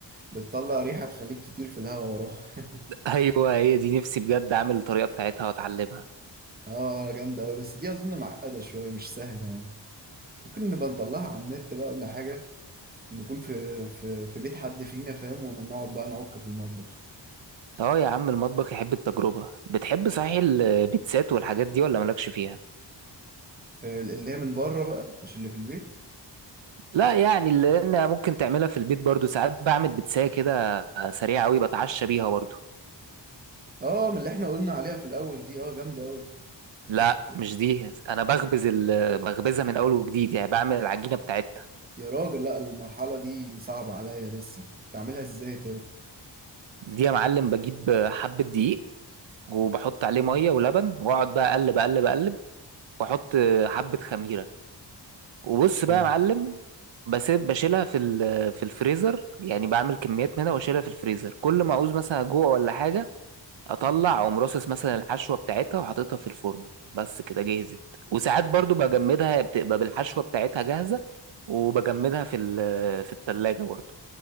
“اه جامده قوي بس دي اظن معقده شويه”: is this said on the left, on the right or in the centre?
Right